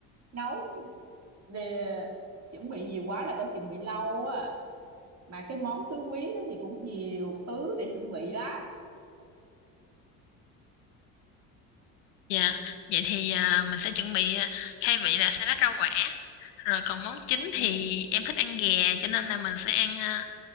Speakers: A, on the right; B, on the left.
A: nấu để, chuẩn bị nhiều quá là coi chừng bị lâu á mà cái món tứ quý đó thì cũng nhiều thứ để chuẩn bị lắm
B: Dạ, vậy thì à, mình sẽ chuẩn bị à, khai vị là salad rau quả. Rồi còn món chính
A: ừ
B: thì em thích ăn gà cho nên là mình sẽ ăn à,